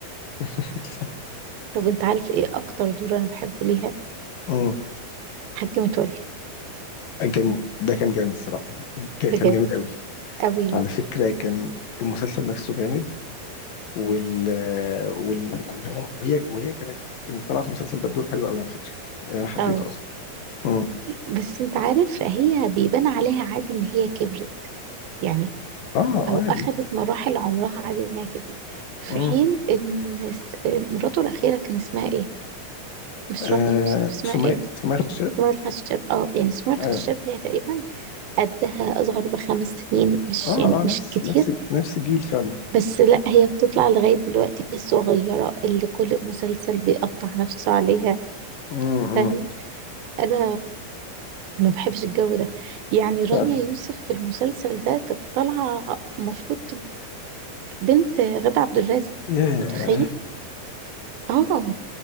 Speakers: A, on the left; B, on the right.
A: <laughs>
B: طب انت عارف ايه اكتر دور انا بحبه ليها
A: مم.
B: حاجة متولي
A: كان ده كان جامد الصراحة جا- كان
B: بجد
A: جامد قوي
B: قوي
A: على فكرة كان المسلسل نفسه جامد وال وال وكلهم وهي وهي كانت كانت طالعة في المسلسل ده بدور حلو قوي على فكرة يعني انا حبيته
B: اه
A: اصلا مم.
B: بس انت عارف هي بيبان عليها عادي ان هي كبرت يعني
A: اه
B: او
A: عادي
B: اخدت مراحل عمرها عادي انها كبرت في
A: مم.
B: حين ان س- مراته الاخيرة كان اسمها ايه مش
A: آه
B: رانيا يوسف اسمها
A: سمية
B: ايه
A: سمية الخشاب
B: اسماعيل الخشاب اه يعني اسماعيل
A: ايوه
B: الخشاب هي تقريبا قدها اصغر بخمس سنين مش
A: اه
B: يعني
A: اه نفس
B: مش كتير
A: نفس نفس الجيل فعلا
B: بس لا هي بتطلع لغاية دلوقتي الصغيرة اللي كل مسلسل بيقطع نفسه عليها
A: امم
B: فاهم انا ما بحبش الجو ده يعني رانيا
A: فعلا
B: يوسف في المسلسل ده كانت طالعه المفروض بنت غادة عبد الرازق
A: ياه
B: متخيل اه